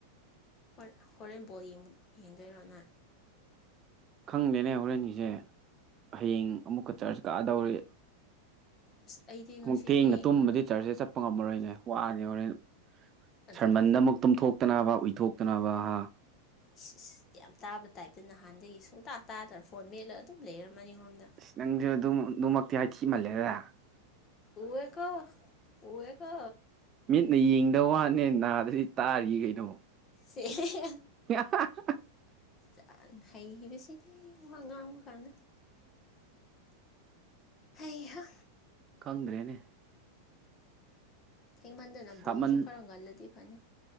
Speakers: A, on the left; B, on the right.
A: ꯍ ꯍꯣꯔꯦꯟ ꯕꯣꯜ ꯌꯦꯡꯗꯣꯏꯔꯣ ꯅ
B: ꯈꯪꯗꯦꯅꯦ ꯍꯣꯔꯦꯟꯒꯤꯁꯦ ꯍꯌꯦꯡ ꯑꯃꯨꯛꯀ ꯆꯔꯆ ꯀꯛꯑꯗꯧꯔꯤ
A: ꯑꯁ ꯑꯩꯗꯤ
B: ꯑꯃꯨꯛ
A: ꯉꯁꯤꯗꯤ
B: ꯊꯦꯡꯅ
A: ꯌꯦꯡꯉꯔꯣꯏ
B: ꯇꯨꯝꯕꯗꯤ ꯆꯔꯁꯦ ꯆꯠ ꯄ ꯉꯝꯃꯔꯣꯏꯅꯦ ꯋꯥꯅꯦ ꯍꯣꯔꯦꯟ
A: ꯑꯗꯨꯅꯦ
B: ꯁꯔꯃꯟꯗ ꯑꯃꯨꯛ ꯇꯨꯝꯊꯣꯛꯇꯅꯕ ꯎꯏꯊꯣꯛꯇꯅꯕ ꯍꯥ꯫
A: ꯏꯁ ꯏꯁ ꯌꯥꯝ ꯇꯥꯕ ꯇꯥꯏꯞꯇ ꯅꯍꯥꯟꯗꯒꯤ ꯁꯨꯡꯇꯥ ꯇꯥꯗ꯭ꯔ ꯐꯣꯟ ꯃꯦꯠꯂꯒ ꯑꯗꯨꯝ ꯂꯩꯔ ꯃꯅꯤꯡꯔꯣꯝꯗ꯫
B: ꯅꯪꯁꯨ ꯑꯗꯨ ꯑꯗꯨꯃꯛꯇꯤ ꯍꯥꯏ ꯊꯤꯃꯜꯂꯦꯗ꯫
A: ꯎꯋꯦ ꯀꯣ ꯎꯋꯦ ꯀꯣ꯫
B: ꯃꯤꯠꯅ ꯌꯦꯡꯗ ꯋꯥꯅꯦ ꯅꯥꯗꯗꯤ ꯇꯥꯔꯤ ꯀꯩꯅꯣ꯫
A: ꯁꯦꯍꯦꯍꯦ꯫
B: <unintelligible>
A: ꯆ ꯍꯩꯒꯤꯕꯁꯤꯗꯤ ꯋꯥ ꯉꯥꯡꯕ ꯀꯥꯟꯗ꯫ ꯍꯍ
B: ꯈꯪꯗ꯭ꯔꯦꯅꯦ
A: ꯊꯦꯡꯃꯟꯗꯅ
B: ꯁꯥꯃꯟ
A: ꯕꯣꯜꯁꯨ ꯈꯔ ꯉꯜꯂꯗꯤ ꯐꯅꯤ